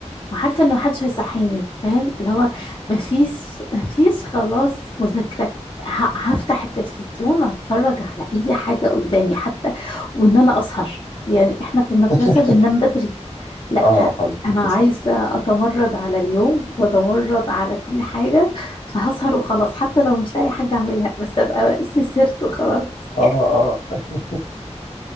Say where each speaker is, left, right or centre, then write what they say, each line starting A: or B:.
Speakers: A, on the left; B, on the left.
A: وعارفه ان محدش هيصحيني فاهم اللي هو مفيش مفيش خلاص مذاكره ه... هفتح التلفزيون واتفرج على اي حاجه قدامي حتى وان انا اسهر يعني احنا في المدرسه
B: <laughs>
A: بننام بدري لا
B: آه فعلا
A: انا
B: بس.
A: عايزه اتمرد على اليوم واتمرد على كل حاجه فهسهر وخلاص حتى لو مش لاقي حاجه اعملها بس ابقى اسمي سهرت وخلاص
B: آه آه <laughs>